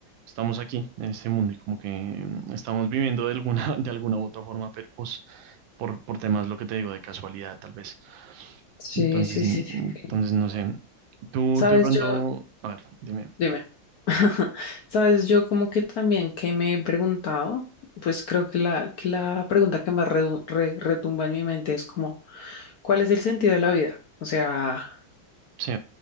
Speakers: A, on the right; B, on the left.
A: estamos aquí en este mundo y como que mm, estamos viviendo de alguna, <laughs> de alguna u otra forma, pero pues por, por temas, lo que te digo, de casualidad, tal vez.
B: sí,
A: Entonces,
B: sí, sí, sí.
A: entonces
B: sí.
A: no sé. Tú,
B: Sabes,
A: tú de pronto,
B: yo,
A: a ver, dime.
B: Dime. <laughs> Sabes, yo como que también que me he preguntado, pues creo que la, que la pregunta que más redu- re- retumba en mi mente es como, ¿cuál es el sentido de la vida? O sea,
A: Sí,